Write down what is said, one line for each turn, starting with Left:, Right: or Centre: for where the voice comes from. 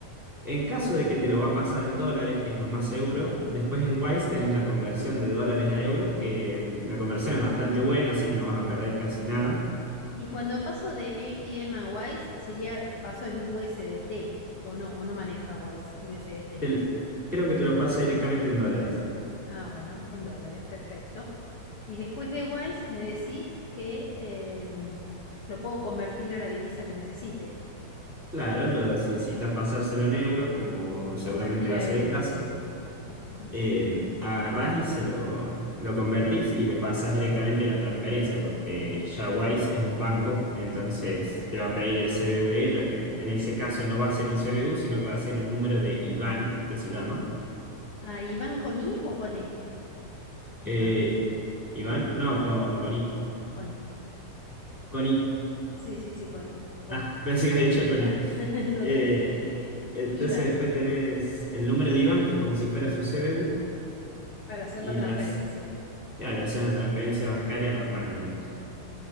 Centre: En caso de que te lo va a pasar en dólares, que es lo más seguro, después en Wise tenés la conversión de dólares a euros, que la conversión es bastante buena, así que no vas a perder casi nada.
Left: Y cuando paso de ATM a Wise, sería eh, paso en USDT, o no, o no maneja Wise USDT.
Centre: Te- creo que te lo pasa directamente en dólares.
Left: Ah, bueno, en dólares, perfecto. Y después de Wise me decís que em, lo puedo convertir a la divisa que necesite.
Centre: Claro, los incitas a pasárselo en euros, como seguramente
Left: Convertir
Centre: va
Left: a
Centre: a ser
Left: euros,
Centre: el caso.
Left: sí. Ujú.
Centre: Eh, agarrás y se lo, lo convertís y le pasas directamente una transferencia, porque ya Wise es un banco, entonces te va a pedir el CBU de ella, que en ese caso no va a ser un CBU, sino que va a ser un número de IBAN, que se llama.
Left: Ah, ¿y van con I o con E? Iván,
Centre: Eh, IBAN, no, con, con I.
Left: con E.
Centre: Con I.
Left: Sí, sí, sí, con, con
Centre: Ah,
Left: I.
Centre: <laughs> pensé que había dicho con E.
Left: <laughs> No,
Centre: Eh,
Left: está bien.
Centre: entonces
Left: Iban
Centre: después tenés el número de IBAN, que es como si fuera su CBU,
Left: para hacer
Centre: y
Left: la transferencia
Centre: las Claro, hacer una transferencia bancaria normal, digamos,